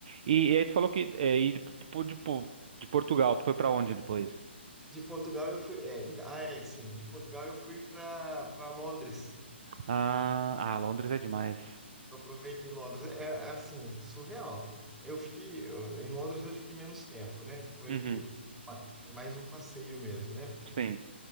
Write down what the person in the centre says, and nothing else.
De Portugal eu fui, é, ainda- ah, é, sim, de Portugal eu fui para para Londres.
Eu aproveitei Londres, é, é, assim, surreal. Eu fiquei, eu- em Londres eu fiquei menos tempo, né? Foi,
foi mais um passeio mesmo, né?